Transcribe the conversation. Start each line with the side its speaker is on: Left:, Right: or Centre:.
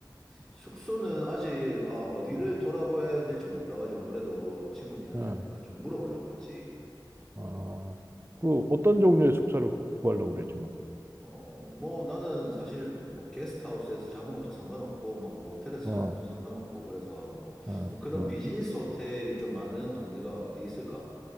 Centre: 숙소는 아직, 아, 어디를 돌아봐야 될지 몰라가지고, 안 그래도 친구 니한테
Right: 어,
Centre: 내가 좀 물어보려고 했지.
Right: 어. 그 어떤 종류의 숙소를 구- 구하려고 그래 지금?
Centre: 어, 뭐 나는 사실 뭐 게스트하우스에서 자는 것도 상관없고, 막 모텔에서
Right: 어,
Centre: 자는 것도 상관없고, 그래서
Right: 어,
Centre: 뭐 그런
Right: 어.
Centre: 비즈니스 호텔이 좀 많은 동네가 어디 있을까?